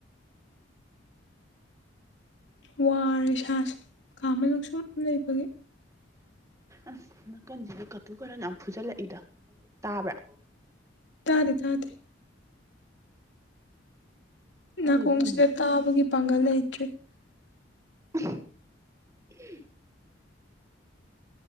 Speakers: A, on the left; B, on the right.
A: ꯋꯥꯔꯦ ꯏꯁꯥꯥꯁꯦ ꯀꯥ ꯃꯅꯨꯛ ꯁꯨꯝ ꯂꯩꯕꯒꯤ
B: ꯑꯁ ꯅꯥꯀꯟꯁꯤꯗ ꯀꯇꯨ ꯀꯔꯟ ꯌꯥꯝ ꯐꯨꯖꯜꯂꯛꯏꯗ ꯇꯥꯕ꯭ꯔꯥ
A: ꯇꯥꯗꯦ ꯇꯥꯗꯦ
B: ꯈꯪꯗꯦ
A: ꯅꯥꯀꯣꯡꯁꯤꯗ
B: ꯏꯕꯦꯝꯃ
A: ꯇꯥꯕꯒꯤ ꯄꯥꯡꯒꯜ ꯂꯩꯇ꯭ꯔꯦ
B: <inaudible>